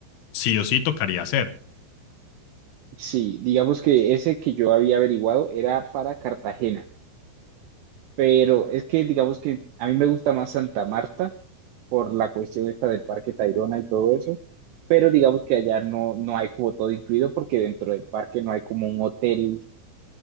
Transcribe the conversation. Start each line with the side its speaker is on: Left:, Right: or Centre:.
Left: sí o sí tocaría hacer.
Right: Sí, digamos que ese que yo había averiguado era para Cartagena, pero es que digamos que a mí me gusta más Santa Marta por la cuestión esta del Parque Tayrona y todo eso, pero digamos que allá no, no hay como todo incluido porque dentro del parque no hay como un hotel